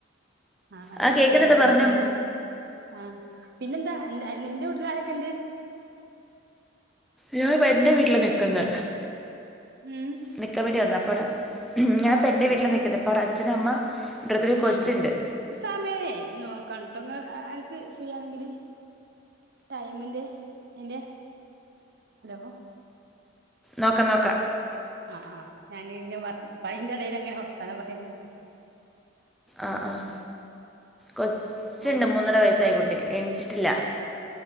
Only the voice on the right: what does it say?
ആഹ്
ഇവിടെ
അയിന്റെടേല്
പണിക്കാരും ആഹ് പിന്നെന്താ അന്റെ നിന്റെ വീട്ടിലാരെക്കെണ്ട്
ഉം
ഉം
ഉം സമയേ നോക്കണട്ടൊ ഇങ്ങ അനക്ക് ഫ്രീ ആണെങ്കില് ടൈമിന്റെ യിന്റെ ഹലോ
ആഹ് ആഹ് ഞാന് ഇഞ്ഞ് മറന്ന് പണിന്റെടേല് അങ്ങനെ വർത്താനം പറീണല്ലേ
ഏ